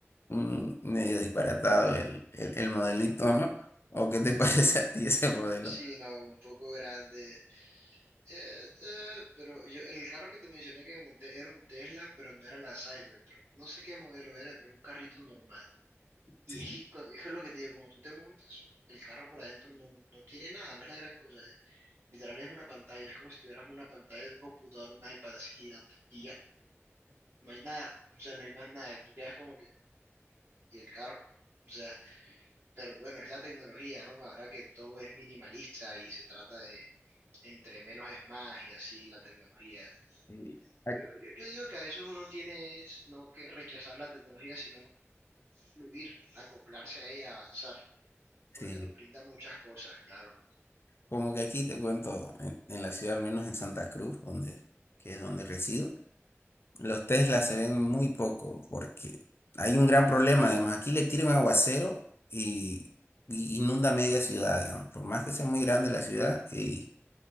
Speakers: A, on the left; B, on the right.
A: mm, medio disparatado el, el, el modelito, ¿no? ¿O qué te <laughs> parece a ti ese modelo?
B: Sí, no, un poco grande, Eh, eh, pero yo, el carro que te mencioné que monté era un Tesla, pero no era la Cybertruck. No sé qué modelo era, pero un carrito normal. Y
A: Sí,
B: es que, cu- es que es lo que te digo, cuando tú te montas, el carro por adentro no, no tiene nada, no es la gran cosa. eh. Literal es una pantalla, es como si tuvieras una pantalla de un computador, un iPad así gigante. Y ya, no hay nada, o sea, no hay más nada. Tú quedas como que, y el carro, o sea, pero bueno, es la tecnología, ¿no? Ahora que todo es minimalista y se trata de entre menos es más y así la tecnología.
A: sí, ac-
B: Pero Yo, yo digo que a veces uno tiene es no que rechazar la tecnología, sino fluir, acoplarse a ella, avanzar,
A: sí.
B: porque nos brinda muchas cosas, claro.
A: Como que aquí te cuento, en, en la ciudad, al menos en Santa Cruz, donde, que es donde resido. Los Tesla se ven muy poco porque hay un gran problema. Además, aquí le tira un aguacero y, y inunda media ciudad, digamos. Por más que sea muy grande la ciudad, y,